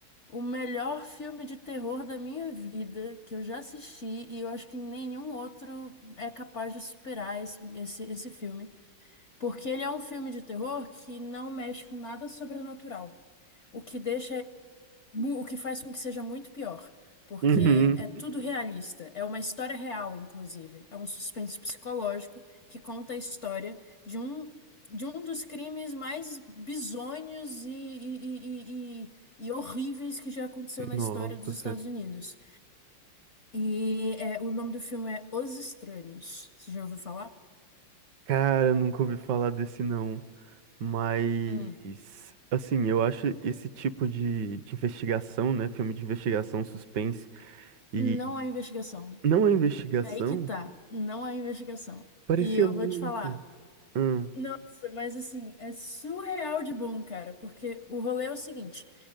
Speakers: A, on the left; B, on the right.
A: o melhor filme de terror da minha vida que eu já assisti e eu acho que nenhum outro é capaz de superar esse, esse, esse filme. Porque ele é um filme de terror que não mexe com nada sobrenatural. O que deixa Mu- O que faz com que seja muito pior, porque
B: Uhum.
A: é tudo realista, é uma história real, inclusive. É um suspense psicológico que conta a história de um, de um dos crimes mais bizonhos e, e, e, e, e horríveis que já aconteceu na
B: Nossa,
A: história dos Estados
B: sério.
A: Unidos. E é, o nome do filme é Os Estranhos. Você já ouviu falar?
B: Cara, nunca ouvi falar desse não. Mas,
A: Hum.
B: assim, eu acho esse tipo de, de investigação, né? Filme de investigação, suspense. E
A: Não há investigação.
B: não é investigação.
A: É Aí que tá, não há investigação.
B: Parecia
A: E eu
B: muito.
A: vou te falar.
B: Hum,
A: Nossa, mas assim, é surreal de bom, cara, porque o rolê é o seguinte.